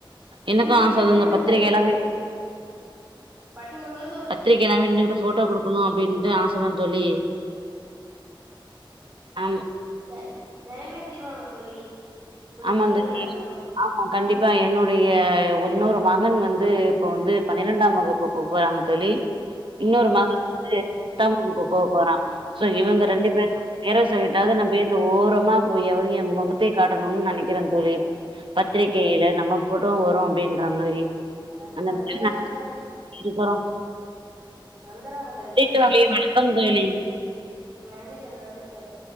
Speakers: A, on the right (about 70°); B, on the right (about 20°).
A: எனக்கு
B: ஈஸியா
A: ஆசதா
B: சொல்லிட
A: இந்த
B: முடியாது
A: பத்திரிகை
B: தோழி
A: எல்லா
B: பட்கினும்ல தோழ்
A: பத்திரிக்க எல்லாமே நின்னுகிட்டு போட்டோ குடுக்குணு அப்டின்ட்டு ஆசதா தோழி ஆமா
B: யாரு நெறைவேத்திருவாங்க தோழி கூடிய
A: ஆமா
B: சீக்கிரம்
A: தோழி
B: நடந்துரும்
A: ஆமா கண்டிப்பா என்னுடைய ஒன்னொரு மகன் வந்து இப்போ வந்து பன்னிரெண்டாம் வகுப்பு போ போறாங்க தோழி இன்னொரு
B: ம்
A: மகன்
B: சரிங்க
A: வந்து எட்டாம் வகுப்பு போக போறா சோ இவுங்க
B: ம்
A: ரெண்டு பேர் பேரை சொல்லிட்டாவது நம் போய் ஓரமா போய்யாவது என் முகத்த கா கட்டணும்னு நெனைக்கிறேன் தோழி பத்திரிகையில நம்ம போட்டோ வரும் அப்டின்ற மாரி
B: அது
A: நல்லபடியா
B: சந்தேகம்தான்
A: நெனச்சுட்டு
B: தோழி
A: இருக்கறோ
B: வந்துடுவாங்க
A: செரி
B: கண்டிப்பாக
A: தோழி வணக்கம்
B: அவங்க
A: தோழி
B: ம் நன்றி தோழி நன்றி தோழி